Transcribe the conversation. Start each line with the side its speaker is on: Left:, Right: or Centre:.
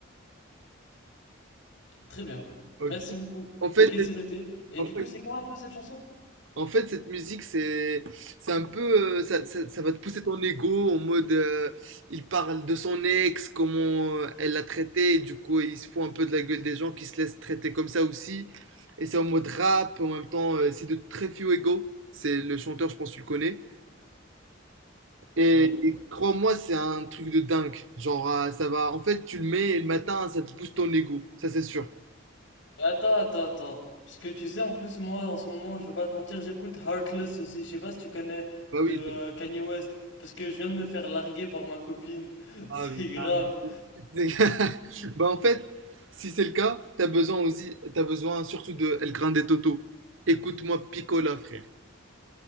Left: Très bien, merci
Right: ok
Left: beaucoup.
Right: En fait,
Left: Ok,
Right: c'est-
Left: c'est noté. Et
Right: en
Left: du
Right: fait,
Left: coup, c'est quoi un peu cette chanson?
Right: En fait, cette musique, c'est, c'est un peu, euh, ça, ça, ça va te pousser ton ego en mode, euh, il parle de son ex, comment euh, elle l'a traité, et du coup, il se fout un peu de la gueule des gens qui se laissent traiter comme ça aussi. Et c'est en mode rap, en même temps, euh, c'est de très few ego. C'est le chanteur, je pense que tu le connais. Et,
Left: Oui.
Right: et crois-moi, c'est un truc de dingue. Genre, euh, ça va, en fait, tu le mets et le matin, ça te booste ton ego. Ça, c'est sûr.
Left: Mais attends, attends, attends. Parce que tu sais, en plus, moi, en ce moment, je vais pas te mentir, j'écoute Heartless aussi. Je sais pas si tu connais
Right: Bah
Left: de
Right: oui.
Left: euh, Kanye West. Parce que je viens de me faire larguer par ma copine. <laughs> C'est
Right: Ah, oui, ah,
Left: grave.
Right: oui. <laughs> Bah en fait, si c'est le cas, t'as besoin aussi, t'as besoin surtout de El Grande Toto. Écoute-moi Picola, frère.